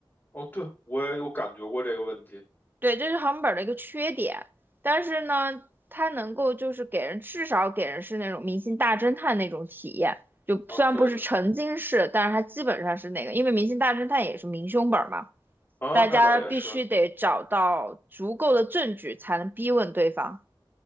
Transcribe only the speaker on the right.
对，这是航本的一个缺点，但是呢，它能够就是给人至少给人是那种明星大侦探那种体验，就虽然不是沉浸式，
但是它基本上是那个，因为明星大侦探也是明凶本嘛，
大家必须得找到足够的证据才能逼问对方。